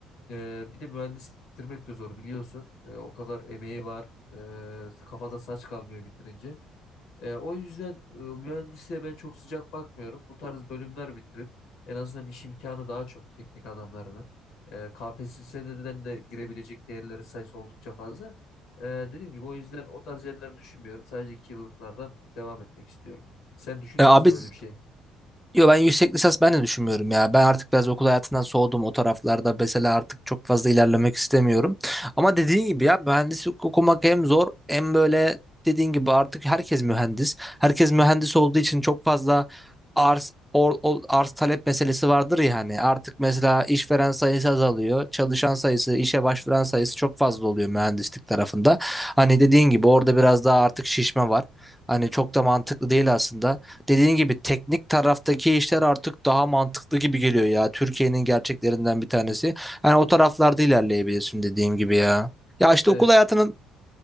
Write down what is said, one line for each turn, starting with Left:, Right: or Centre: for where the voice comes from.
Left: Ee, bir de mühendislik bitirmek de zor biliyorsun. Ee, o kadar emeği var. Ee, kafada saç kalmıyor bitirince. E, o yüzden e, mühendisliğe ben çok sıcak bakmıyorum. Bu tarz bölümler bitirip en azından iş imkanı daha çok teknik adamlarına. E, KPSS'den de girebilecek değerleri sayısı oldukça fazla. E, dediğim gibi o yüzden o tarz yerleri düşünmüyorum. Sadece iki yıllıklardan devam etmek istiyorum. Sen düşünüyor
Centre: E abi
Left: musun böyle bir şey?
Centre: Yo ben yüksek lisans ben de düşünmüyorum ya. Ben artık biraz okul hayatından soğudum o taraflarda. Mesela artık çok fazla ilerlemek istemiyorum. Ama dediğin gibi ya mühendislik okumak hem zor hem böyle dediğin gibi artık herkes mühendis. Herkes mühendis olduğu için çok fazla arz or- ol- arz talep meselesi vardır ya hani. Artık mesela işveren sayısı azalıyor. Çalışan sayısı, işe başvuran sayısı çok fazla oluyor mühendislik tarafında. Hani dediğin gibi orada biraz daha artık şişme var. Hani çok da mantıklı değil aslında dediğin gibi teknik taraftaki işler artık daha mantıklı gibi geliyor ya. Türkiye'nin gerçeklerinden bir tanesi. Yani o taraflarda ilerleyebilirsin dediğin gibi ya. Ya işte
Left: Evet.
Centre: okul hayatının